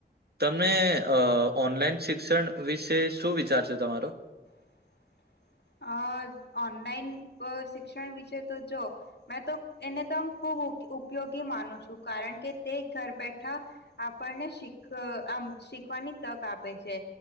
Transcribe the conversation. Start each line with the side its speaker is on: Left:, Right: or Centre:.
Right: તમને અ ઓનલાઈન શિક્ષણ વિશે શું વિચારશે તમારો
Left: <inaudible> અ ઓનલાઈન શિક્ષણ વિશે તો જો મેં તો એને તો આમ ખુબ ઉપયોગી માનું છું કારણ કે તે ઘર બેઠા આપણને શીખ શીખવાની તક આપે છે